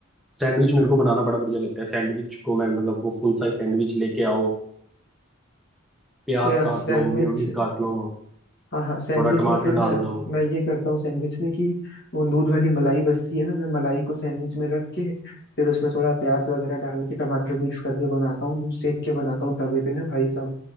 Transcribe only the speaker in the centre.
सैंडविच मेरे को बनाना बड़ा बढ़िया लगता है सैंडविच को मैं मतलब वो फुल साइज सैंडविच लेके आओ प्याज
काट
लो मेयोनीज काट लो
थोड़ा टमाटर
डाल दो